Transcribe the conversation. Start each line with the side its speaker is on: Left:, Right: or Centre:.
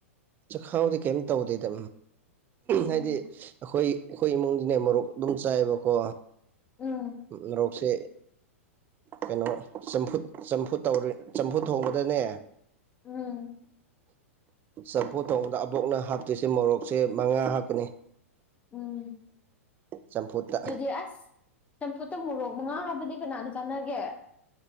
Right: ꯆꯈꯥꯎꯗꯤ ꯀꯩꯝ ꯇꯧꯗꯦꯗ
Left: ꯎꯝ
Right: ꯍꯥꯏꯗꯤ ꯑꯩꯈꯣꯏ ꯑꯩꯈꯣꯏ ꯏꯃꯨꯡꯒꯤꯅꯦ ꯃꯔꯣꯔꯣꯛ ꯑꯗꯨꯝ ꯆꯥꯏꯕꯀꯣ
Left: ꯎꯝ
Right: ꯃꯔꯣꯔꯣꯛꯁꯦ ꯀꯩꯅꯣ ꯆꯝꯐꯨ ꯆꯝꯐꯨ ꯆꯝꯐꯨ ꯊꯣꯡꯕꯗꯅꯦ
Left: ꯎꯝ
Right: ꯆꯝꯐꯨ ꯊꯣꯡꯧꯕꯗ ꯑꯕꯣꯛꯅ ꯍꯥꯞꯇꯣꯏꯁꯦ ꯃꯣꯔꯣꯛꯁꯦ ꯃꯉꯥ ꯍꯥꯞꯀꯅꯤ
Left: ꯎꯝ
Right: ꯆꯝꯐꯨꯠꯇ
Left: ꯑꯗꯨꯗꯤ ꯑꯁ ꯆꯝꯐꯨꯠꯇ ꯃꯣꯔꯣꯛ ꯃꯉꯥ ꯍꯥꯏꯕꯗꯤ ꯀꯅꯥꯅ ꯆꯥꯟꯅꯒꯦ